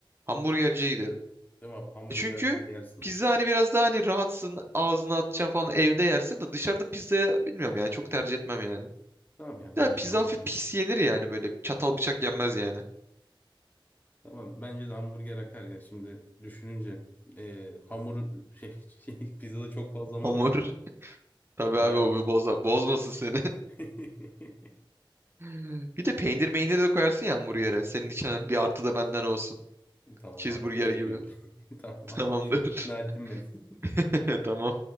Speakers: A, on the right; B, on the left.
A: Hamburgerciye giderim.
B: Değil mi abi? Hamburger
A: E Çünkü
B: her türlü yersin
A: pizza
B: ya.
A: hani biraz daha hani rahatsın ağzına atacaksın falan evde yersin de dışarıda pizzaya bilmiyorum ya çok tercih etmem yani.
B: Tamam ya bence
A: Ya pizza
B: de hamburger.
A: hafif pis yenir yani böyle çatal bıçak yenmez yani.
B: Tamam bence de hamburger akar ya şimdi düşününce. E, hamur şey, <laughs> şey, pizzada çok fazla hamur
A: Hamur
B: var
A: <laughs>
B: ya.
A: tabii
B: Bayar
A: abi o
B: gibi.
A: bir boza, bozmasın seni.
B: <laughs>
A: <laughs> Bir de peynir meynir de koyarsın ya hamburgere. Senin için hani bir artı da benden olsun.
B: Tamam
A: Cheeseburger
B: abi teşekkür
A: gibi.
B: ediyorum. <laughs> Tamam
A: <laughs> Tamamdır.
B: abi. İkna ettin beni.
A: <laughs> Tamam.